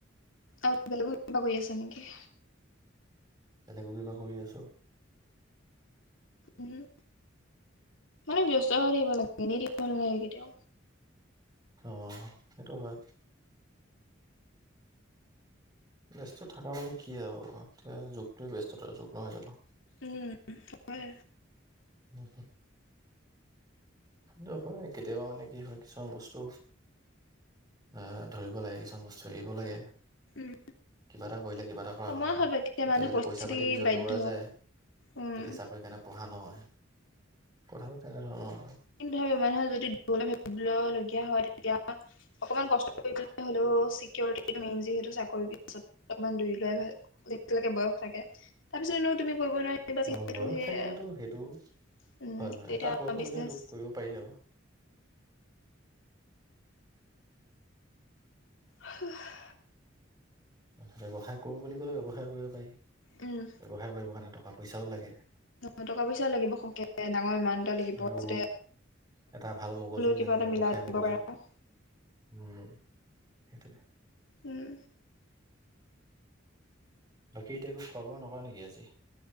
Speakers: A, on the left; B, on the right.
A: আৰু বেলেগো কিবা কৰি আছা নেকি।
B: বেলেগো কিবা কৰি আছো।
A: উম। মানে ব্যস্ত হৈ দিব লাগে এনেই থাকিব নালাগে কেতিয়াও।
B: অ সেইটো হয়। ব্যস্ততা থকা মানে কি আউ এতিয়া যুগটোৱেই ব্যস্ততাৰ যুগ নহয় জানো।
A: উম হয়।
B: উম। সেটো হয় কেতিয়াবা মানে কি হয় কিছুমান বস্তু। আহ ধৰিব লাগে কিছুমান বস্তু এৰিব লাগে।
A: উম
B: কিবা এটা কৰিলে কিবা এটা কৰা
A: সময়
B: নহয়,
A: সাপেক্ষে
B: এতিয়া
A: মানুহ
B: যদি
A: পৰিস্থিতি
B: পইচা-পাতি পিছত
A: বাধ্য
B: দৌৰা যায়।
A: উম
B: তেতিয়া চাকৰি কাৰণে পঢ়া নহয়, কথাটো তেনেধৰণৰ আৰু।
A: কিন্তু ধৰিব যদি মানুহে পাব লাগিয়া হয়। অকমান কষ্ট কৰিবলৈ হ'লেও চিকিউৰিটো মেইন যিহেতু চাকৰি পিছত অলমান দৌৰি লোৱাই ভাল। যিটো লগে বয়স থাকে তাৰপিছত এনেও। তুমি কৰিব নোৱাৰিলে বা যিহেতু
B: অ', বয়স
A: সেয়াই
B: থাকিলেতো সেইটো হয়, হয়,
A: তেতিয়া
B: এটা বয়সলৈকে
A: বিজনেছ।
B: এইটো কৰিব পাৰি আৰু।
A: হাঁ হ।
B: ব্যৱসায় কৰোঁ বুলি ক'লে ব্যৱসায় কৰিব পাৰি।
A: উম।
B: ব্যৱসায় কৰিবৰ কাৰণে টকা পইচাও লাগে।
A: অ টকা পইচাও লাগিব সকে ডাঙৰ ওমাউন্ত এটা লাগিব
B: আৰু
A: তাতে।
B: এটা ভাল মগজুও
A: কিবা
B: লাগে
A: এটা
B: ব্যৱসায়
A: মিলাই দিব
B: মগজু।
A: পাৰা।
B: উম, সেইটোৱে।
A: উম।
B: বাকী এতিয়া একো খোৱা-বোৱা নহয় নেকি আজি।